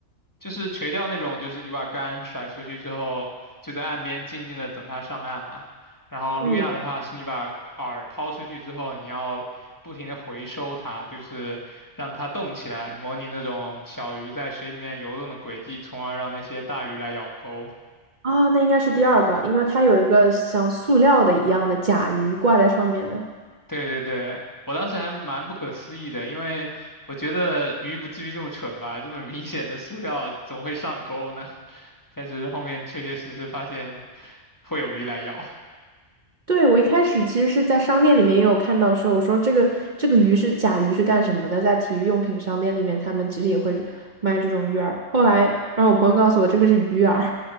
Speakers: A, on the left; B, on the right.
A: 就是垂钓那种，就是你把竿甩出去之后，就在岸边静静的等它上岸嘛。然后路亚的话，
B: 嗯。
A: 是你把饵抛出去之后，你要不停的回收它，就是让它动起来，模拟那种小鱼在水里面游动的轨迹，从而让那些大鱼来咬钩。
B: 啊，那应该是第二个，因为它有一个像塑料的一样的甲鱼挂在上面的。
A: 对对对，我当时还蛮不可思议的，因为我觉得鱼不至于这么蠢吧，这么明显的塑料怎么会上钩呢？<laughs> 但是后面确确实实发现会有鱼来咬。
B: 对，我一开始其实是在商店里面也有看到说，我说这个这个鱼是甲鱼是干什么的？在体育用品商店里面，他们其实也会卖这种鱼饵。后来，然后我朋友告诉我这个是鱼饵，